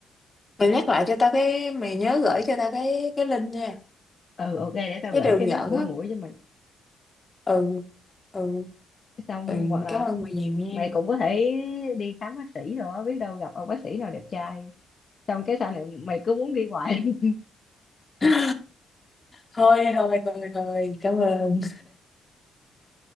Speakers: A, on the left; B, on the left.
A: mày nhắc lại cho tao cái mày nhớ gửi cho tao cái cái link nha.
B: Ừ, ok, để tao
A: Cái
B: gửi
A: đường
B: cái nước
A: dẫn
B: rửa
A: á.
B: mũi cho mày.
A: Ừ. Ừ.
B: Xong
A: ừ,
B: hoặc là
A: cảm ơn mày nhiều nha
B: mày cũng có thể đi khám bác sĩ rồi á, biết đâu gặp ông bác sĩ nào đẹp trai. Xong cái sau này mày cứ muốn đi hoài, <laughs>
A: <laughs> thôi thôi thôi thôi cảm ơn